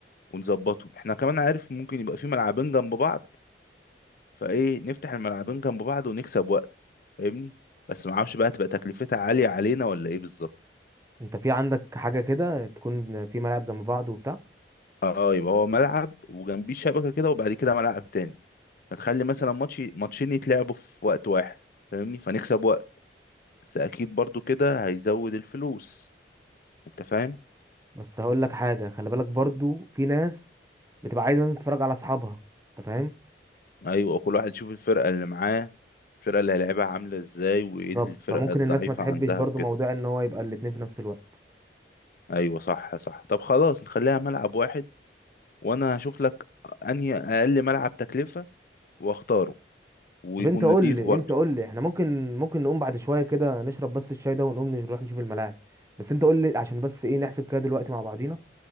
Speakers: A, on the left; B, on the right.
A: ونظبطهم احنا كمان عارف ممكن يبقى في ملعبين جنب بعض فإيه نفتح الملعبين جنب بعض ونكسب وقت فاهمني بس معرفش بقى تبقى تكلفتها عالية علينا ولا إيه بالظبط
B: انت في عندك حاجه كده تكون في ملاعب جنب بعض وبتاع
A: اه يبقى هو ملعب وجنبيه شبكة كده وبعد كده ملعب تاني فتخلي مثلا ماتش ماتشين يتلعبوا في وقت واحد فاهمني فنكسب وقت بس أكيد برضو كده هيزود الفلوس انت فاهم
B: بس هقول لك حاجه خلي بالك برضو في ناس بتبقى عايزه مثلا تتفرج على اصحابها انت فاهم
A: ايوه كل واحد يشوف الفرقه اللي معاه الفرقه اللي هيلعبها عامله ازاي وايه
B: بالظبط
A: الفرقه
B: فممكن
A: الضعيفه
B: الناس ما تحبش
A: عندها
B: برضو
A: وكده
B: موضوع ان هو يبقى الاتنين في نفس الوقت
A: ايوه صح صح طب خلاص نخليها ملعب واحد وانا هشوف لك انهي اقل ملعب تكلفه واختاره ويكون
B: طب انت قول
A: نضيف
B: لي
A: برضه
B: انت قول لي احنا ممكن ممكن نقوم بعد شويه كده نشرب بس الشاي ده ونقوم نروح نشوف الملاعب بس انت قول لي عشان بس ايه نحسب كده دلوقتي مع بعضينا